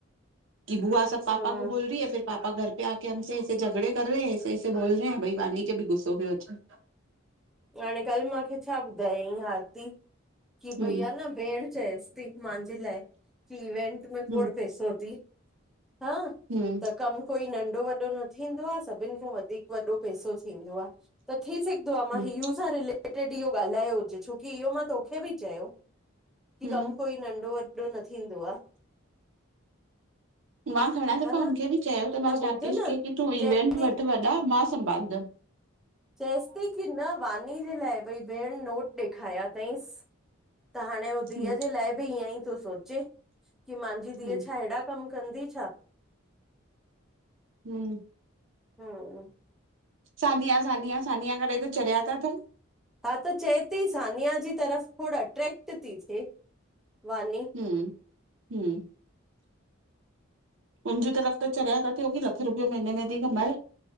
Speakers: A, on the right; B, in the centre.
A: की बुआ सभु पापा
B: हम्म
A: को बोल री है फिर पापा घर पे आ क हमसे ऐसे झॻड़े कर रेै है ऐसे ऐसे बोल रेै भई वानी खे बि गुसो प्यो अचे।
B: हाणे कल्ह मूंखे छा ॿुधायई आरती की
A: हम्म
B: भईया न भेण चएसि थी मांजे लाइ की इवेंट में खोड़
A: हम्म
B: पैसो थी। हां
A: हम्म
B: त कमु कोई नंढो वॾो न थींदो आ सभिनि खां वधीक वॾो पेसो थींदो आ त थी सगदो आहे मा
A: हम्म
B: हीयूं सां रि टे ॾींहो ॻाल्हायो हुजे छोकी इहो मां तोखे बि चयो की
A: हम्म
B: कम कोई नंढो व एॾो न थींदो आ
A: मां घणा दफ़ा
B: हा न
A: हुनखे बि चयो त मासि राकेश
B: ॿुध न
A: खे की तूं
B: चएसि
A: इवेंट
B: थी
A: वठि वॾा मां संभालंदम
B: चएसि थी की न वानी जे लाइ भई भेण नोट ॾेखायां थईसि त हाणे हू धीअ
A: हम्म
B: जे लाइ बि ईअं ई थो सोचे कि मांजी धीअ
A: हम्म
B: छा अहिड़ा कम कंदी छा?
A: हूं
B: हूं
A: सानिया, सानिया, सानिया करेे त चरिया ता थियन
B: हा त चए थी सानिया जी तरफ़ खोड़ अट्रेक्ट थी थिए वानी
A: हूं हूं मुंहिंजी तरफ़ त चरिया था थियो की लखु रुपियो महीने में थी कमाए